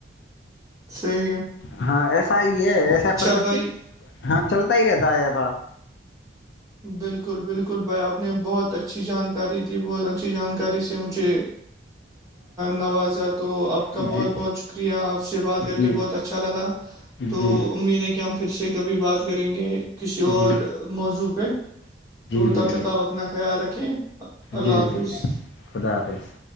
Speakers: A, on the right; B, on the left.
A: صحیح ہے
B: ہاں ایسا ہی ہے ایسا
A: اچھا
B: پرکرتی
A: بھائی
B: ہاں چلتا ہی رہتا ہے ایسا
A: بالکل بالکل بھائی آپ نے بہت اچھی جانکاری دی بہت اچھی جانکاری سے مجھے نوازا تو اب آپ
B: جی
A: کا بہت بہت شکریہ آپ سے بات کر
B: جی
A: کے بہت اچھا لگا تو
B: جی
A: امید ہے کہ ہمپ پھر سے کبھی بات کریں گے کسی
B: جی
A: اور
B: جی
A: موضوع پہ تو
B: جی
A: تب
B: جی
A: تک آپ رنا خیال رکھیں <unintelligible> اللہ
B: جی
A: حافظ
B: جی جی خدا حافظ